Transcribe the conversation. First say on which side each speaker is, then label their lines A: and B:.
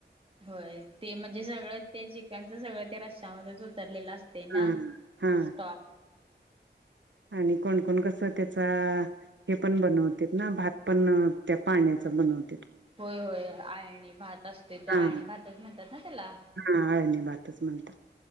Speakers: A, on the right (about 30°); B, on the right (about 80°).
A: होय ते म्हणजे सगळं ते जिकणच सगळं ते रश्यामध्येच उतरलेलं अस ते ना
B: हा हा
A: स्टॉक.
B: आणि कोणकोण कस त्याचा हे पण बनवत ना भात पण त्या पाण्याच बनवत.
A: होय होय आळणी भात असते तो अळणी
B: हा
A: भातच म्हणतात ना त्याला.
B: हा आळणी भातच म्हणतात